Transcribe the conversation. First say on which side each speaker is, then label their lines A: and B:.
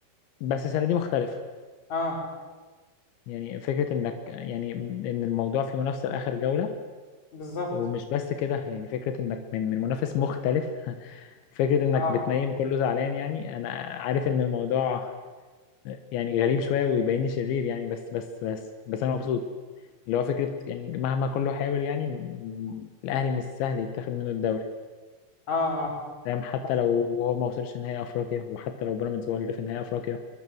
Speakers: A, on the left (about 85°); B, on the left (about 40°).
A: بس السنه دي مختلفه
B: اه
A: يعني فكره انك يعني ان الموضوع في منافسه لاخر جوله
B: بالظبط
A: ومش بس كده يعني فكره انك من من منافس مختلف <laughs> فكره انك
B: اه
A: بتنيم كله زعلان يعني انا عارف ان الموضوع يعني غريب شوية ويبيني شرير يعني بس بس بس بس أنا مبسوط اللي هو فكرة يعني مهما كله حاول يعني م- الأهلي مش سهل يتاخد منه الدوري
B: اه اه
A: فاهم حتى
B: صح.
A: لو هو ما وصلش نهائي أفريقيا وحتى لو بيراميدز هو اللي في نهائي أفريقيا